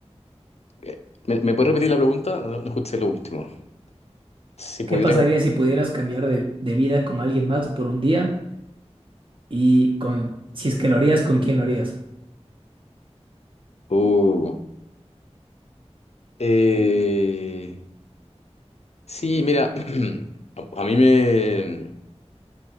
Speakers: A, on the left; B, on the right.
A: Eh, ¿Me, me puedes repetir la pregunta? No, no escuché lo último. Si pudiera...
B: ¿Qué pasaría
A: ca-
B: si pudieras cambiar de, de vida con alguien más por un día? Y con, si es que lo harías, ¿con quién lo harías?
A: Uh. Eh, sí, mira, <clears throat> a, a mí me,